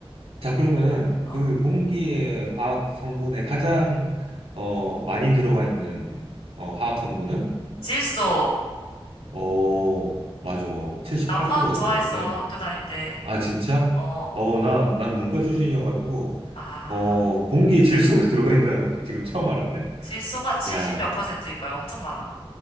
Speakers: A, on the right; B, on the left.
A: 자, 그러면은
B: 어.
A: 그 공기의 화학 성분에 가장 어, 많이 들어가 있는 어, 화학 성분은?
B: 질소.
A: 어, 맞아. 78%가
B: 나 화학 좋아했어.
A: 들어가 있대.
B: 학교 다닐 때.
A: 아, 진짜?
B: 어.
A: 어, 나, 난 문과 출신이어가지고,
B: 아.
A: 어, 공기 질소가 <laughs> 들어가 있다는 것도 지금 처음 알았네.
B: 질소가 70
A: 야,
B: 몇 퍼센트일 거야. 엄청 많아.